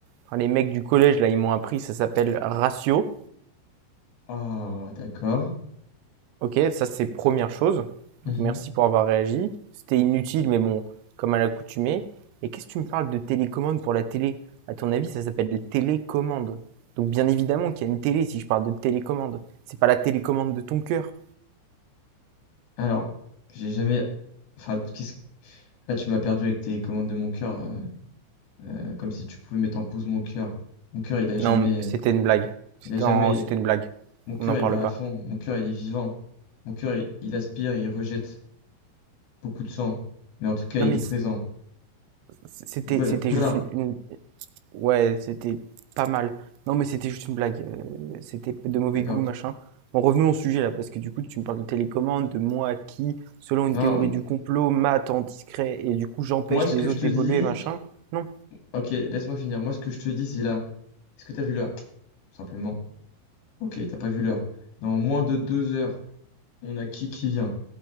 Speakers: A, on the right (about 85°); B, on the left (about 60°).
A: enfin, les mecs du collège, là, ils m'ont appris, ça s'appelle ratio.
B: Ah, d'accord.
A: OK, ça c'est première chose.
B: Mhm.
A: Donc merci pour avoir réagi. C'était inutile, mais bon, comme à l'accoutumée. Et qu'est-ce que tu me parles de télécommande pour la télé? À ton avis, ça s'appelle la télécommande. Donc bien évidemment qu'il y a une télé si je parle de télécommande. C'est pas la télécommande de ton cœur.
B: Alors, j'ai jamais. Enfin, qu'est-ce- Là, tu m'as perdu avec tes commandes de mon cœur, euh, euh, comme si tu pouvais mettre en pause mon cœur. Mon cœur, il a jamais.
A: Non, mais c'était une blague. C'était
B: Il a jamais.
A: non, c'était une blague.
B: Mon cœur,
A: On n'en parle
B: il bat
A: pas.
B: à fond. Mon cœur, il est vivant. Mon cœur, il, il aspire, il rejette beaucoup de sang. Mais en tout cas,
A: Non,
B: il
A: mais
B: est présent.
A: c- c'était
B: Bla,
A: c'était
B: bra.
A: juste une, une- Ouais, c'était pas mal. Non, mais c'était juste une blague. euh, c'était de mauvais
B: D'accord.
A: goût, machin. Bon, revenons au sujet là, parce que du coup, tu me parles de télécommande, de moi qui, selon
B: Non,
A: une théorie du complot, mate en discret et du coup, j'empêche
B: Moi, ce
A: les
B: que je
A: autres
B: te
A: d'évoluer,
B: dis.
A: machin. Non.
B: Ok, laisse-moi finir. Moi, ce que je te dis, c'est là. Est-ce que t'as vu l'heure? Tout Simplement. Ok, t'as pas vu l'heure. Dans moins de deux heures, on a qui qui vient?